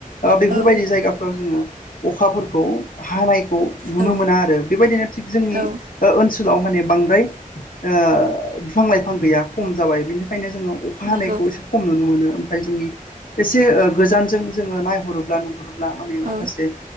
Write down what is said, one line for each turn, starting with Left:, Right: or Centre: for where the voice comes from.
Left: ओ बेफोरबायदि
Right: औ
Left: जायगाफ्राव जोङो अखाफोरखौ हानाय खौ नुनो
Right: औ
Left: मोना आरो बेबायदिनो थिग जोंनि
Right: औ
Left: ओ ओनसोलाव माने बांद्राय ओ बिफां लाइफां गैया खम जाबाय बेनिखायनो जोङो अखा
Right: नंगौ
Left: हानायखौ खम नुनो मोनो ओमफ्राय जोंनि एसे गोजानजों जोङो नायहरोब्ला नुहुरो। ब्ला माने माखासे
Right: औ